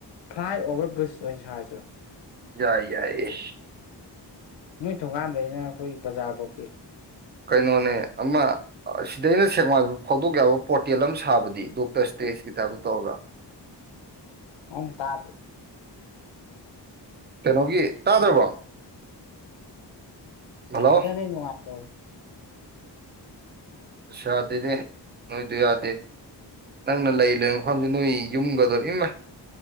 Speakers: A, on the left; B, on the right.
A: ꯐ꯭ꯂꯥꯏ ꯑꯣꯚꯔ ꯕ꯭ꯔꯤꯖ ꯑꯣꯏꯅ ꯁꯥꯔꯁꯨ
B: ꯌꯥꯏ ꯌꯥꯏ
A: ꯅꯣꯏ ꯊꯣꯡꯀꯥꯟꯗꯩꯅ ꯑꯩꯈꯣꯏ ꯕꯖꯥꯔ ꯐꯧꯀꯤ
B: ꯀꯩꯅꯣꯅꯦ ꯑꯃ ꯁꯤꯗꯩꯅ ꯁꯦꯡꯃꯥꯏꯕ ꯐꯥꯎꯗꯣꯛ ꯌꯥꯕ ꯄꯣꯔꯇꯦꯜ ꯑꯃ ꯁꯥꯕꯗꯤ ꯗꯣꯛꯇꯔꯁ ꯇꯦꯁꯀꯤ ꯇꯥꯏꯞꯇ ꯇꯧꯔꯕ꯭ꯔꯥ
A: ꯑꯣꯝ ꯇꯥꯇꯦ
B: ꯀꯩꯅꯣꯒꯤ ꯇꯥꯗ꯭ꯔꯕꯣ ꯍꯜꯂꯣ
A: ꯏꯇꯅꯤ ꯅꯅꯨꯡꯉꯥꯏꯇꯣ
B: ꯑꯁ ꯌꯥꯗꯦꯅꯦ ꯅꯣꯏꯗ ꯌꯥꯗꯦ ꯅꯪꯅ ꯂꯩ ꯂꯩꯣꯏ ꯃꯐꯝꯁꯦ ꯅꯣꯏ ꯌꯨꯝꯒꯗꯣ ꯏꯃ